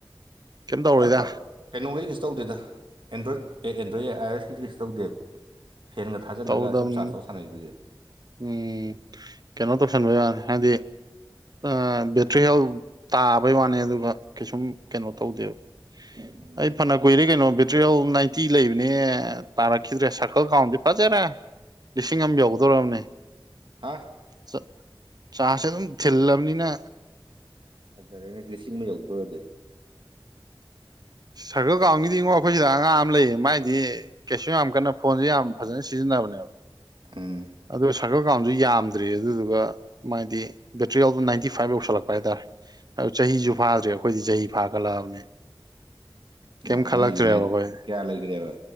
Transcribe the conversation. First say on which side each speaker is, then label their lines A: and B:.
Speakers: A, on the right; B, on the right.
A: ꯀꯩꯝ ꯇꯧꯔꯣꯏꯗ
B: ꯑꯗꯨ ꯀꯩꯅꯣꯒꯤꯗꯤ ꯀꯩꯁꯨ ꯇꯧꯗꯦꯗ ꯑꯦꯟꯗ꯭ꯔꯣꯠ ꯑꯦ ꯑꯦꯟꯗ꯭ꯔꯣꯠ ꯑ ꯌꯦ ꯑꯥꯏ ꯑꫭ ꯑꯦꯁꯀꯤꯗꯤ ꯀꯩꯁꯨ ꯇꯗꯦ ꯐꯦꯟꯒ ꯊꯥꯖꯜꯂꯒ
A: ꯇꯧꯗꯕꯅꯤ
B: ꯁꯨꯝ ꯆꯥꯔꯁ ꯇꯧ ꯁꯥꯟꯅꯩꯗꯨꯗꯤ
A: ꯎꯝ ꯀꯩꯅꯣ ꯇꯧꯁꯟꯕ ꯌꯥꯅꯤ ꯍꯥꯏꯗꯤ ꯑ ꯕꯦꯇ꯭ꯔꯤ ꯍꯦꯜ ꯇꯥꯕꯩ ꯋꯥꯅꯦ ꯑꯗꯨꯒ ꯀꯩꯁꯨꯝ ꯀꯩꯅꯣ ꯇꯧꯗꯦꯕ ꯎ <unintelligible>
B: ꯎꯝ
A: ꯑꯩ ꯐꯅ ꯀꯨꯏꯔꯦ ꯀꯩꯅꯣ ꯕꯦꯇꯔꯤꯍꯦꯜ ꯅꯥꯏꯟꯇꯤ ꯂꯩꯕꯅꯦ ꯇꯥꯔꯛꯈꯤꯗ꯭ꯔꯦ ꯁꯔꯀꯜ ꯀꯥꯎꯟꯗꯤ ꯐꯖꯔꯦ
B: ꯎ <inaudible>
A: ꯂꯤꯁꯤꯡ ꯑꯃ ꯌꯧꯗꫭꯔꯝꯅꯦ
B: ꯑꯥ
A: ꯆꯥ ꯆꯔꯥꯁꯁꯦ ꯑꯗꯨꯝ ꯊꯤꯜꯂꯕꯅꯤꯅ
B: ꯐꯖꯔꯦꯅꯦ ꯂꯤꯁꯤꯡ ꯑꯃ ꯌꯧꯗ꯭ꯔꫭꯗꯤ <inaudible>
A: ꯁꯔꯀꯜ ꯀꯒꯥꯎꯟꯒꯤꯗꯤꯉꯣ ꯑꯩꯈꯣꯏꯁꯤꯗ ꯑꯉꯥꯡ ꯑꯃ ꯂꯩꯌꯦ ꯃꯥꯏꯗꯤ ꯀꯩꯁꯨ ꯌꯥꯝ ꯀꯟꯅ ꯐꯣꯟꯖꯩ ꯌꯥꯝ ꯐꯖꯅ ꯁꯤꯖꯤꯟꯅꯕꯅꯦꯕ
B: ꯎꯝ
A: ꯑꯗꯨ ꯁꯔꯀꯜ ꯀꯥꯎꯟꯖꯨ ꯌꯥꯝꯗ꯭ꯔꯤ ꯑꯗꯨꯗꯨꯒ ꯃꯥꯗꯤ ꯕꯦꯇꯔꯤꯍꯦꯜꯗꫭ ꯅꯥꯏꯟꯇꯤ ꯐꯥꯏꯞ ꯌꯧꯁꯜꯂꯛꯄ ꯍꯥꯏꯇꯥꯔꯦ ꯑꯗꯨ ꯆꯍꯤꯖꯨ ꯐꯥꯗ꯭ꯔꯤ ꯑꯩꯈꯣꯏꯗꯤ ꯆꯍꯤ ꯐꯥꯒꯠꯂꯛꯑꯕꯅꯤ ꯀꯩꯝ
B: ꯑꯣ
A: ꯈꯜꯂꯛꯇ꯭ꯔꯦꯕ
B: ꯅꯪ ꯍꯧꯖꯤꯛ ꯅꯥꯏꯠ
A: ꯑꯩꯈꯣꯏ
B: ꯀꯌꯥ ꯂꯩꯈ꯭ꯔꯦꯕ